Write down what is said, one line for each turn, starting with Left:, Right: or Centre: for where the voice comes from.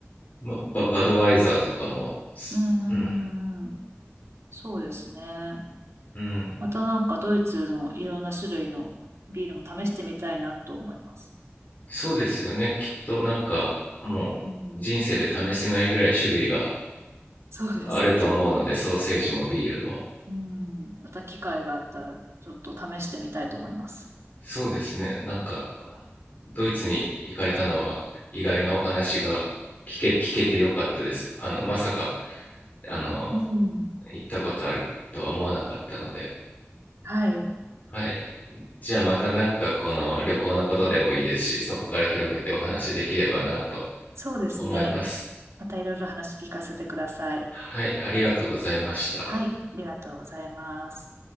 Left: ま、ババドワイザーとかも
Right: うんうんうんうん。
Left: うん。
Right: そうですね。
Left: うん。
Right: またなんかドイツのいろんな種類のビールも試してみたいなと思います。
Left: そうですよね。きっとなんかもう人生で試せないぐらい種類が
Right: うん。そうですね。
Left: あると思うので、ソーセージもビールも。
Right: うん。また機会があったらちょっと試してみたいと思います。
Left: そうですね。なんかドイツに行かれたのは意外なお話が聞け、聞けてよかったです。あの、まさか、あの、
Right: うん。
Left: 行ったことあるとは思わなかったので。
Right: はい。
Left: はい。じゃあまたなんかこの旅行のことでもいいですし、そこから広げてお話できればなと
Right: そうですね。
Left: 思います。
Right: またいろいろ話聞かせてください。
Left: はい、ありがとうございました。
Right: はい、ありがとうございます。